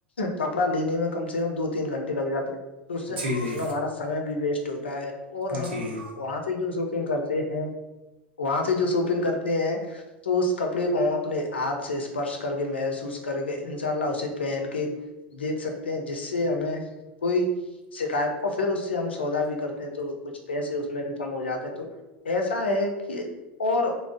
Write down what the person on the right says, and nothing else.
جی
جی
جی
جی